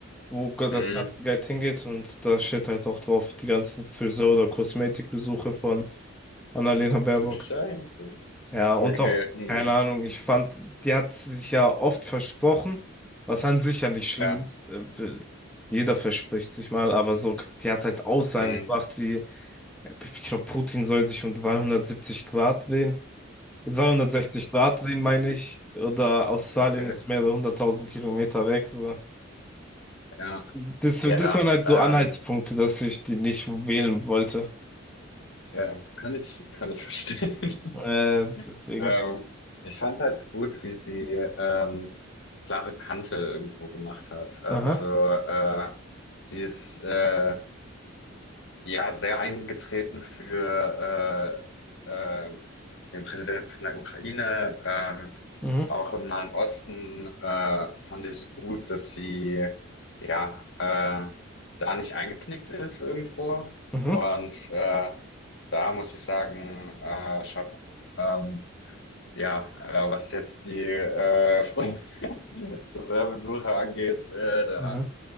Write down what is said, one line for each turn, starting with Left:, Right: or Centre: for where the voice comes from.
Centre: wo das
Left: Hm.
Centre: ganze Geld hingeht und da steht halt auch drauf die ganzen Friseur- oder Kosmetikbesuche von Annalena Baerbock.
Left: Du Scheiße.
Centre: Ja, und
Left: Okay.
Centre: auch,
Left: Hm.
Centre: keine Ahnung, ich fand, die hat sich ja oft versprochen, was an sich ja nicht schlimm
Left: Ja.
Centre: ist. äh, Jeder verspricht sich mal, aber so, die hat halt Aussagen
Left: Hm.
Centre: gebracht wie, ich glaube, Putin soll sich um 370 Grad drehen. 360 Grad drehen, meine ich. Oder Australien
Left: Okay.
Centre: ist mehrere hunderttausend Kilometer weg. So.
Left: Ja,
Centre: Das, das
Left: ja,
Centre: waren halt
Left: ähm,
Centre: so Anhaltspunkte, dass ich die nicht wählen wollte.
Left: ja, kann ich, kann ich verstehen.
Centre: Äh,
Left: <laughs>
Centre: deswegen.
Left: Ähm, ich fand halt gut, wie sie ähm, klare Kante irgendwo gemacht hat. Also
Centre: Aha.
Left: äh, sie ist äh, ja sehr eingetreten für äh, äh, den Präsidenten von der Ukraine. Ähm,
Centre: Mhm.
Left: Auch im Nahen Osten äh, fand ich es gut, dass sie ja äh, da nicht eingeknickt ist irgendwo.
Centre: Mhm.
Left: Und äh, da muss ich sagen, äh, Chapeau. Ähm, ja, äh, was jetzt die äh, <laughs> Friedensreservesuche angeht, äh, da
Centre: Mhm.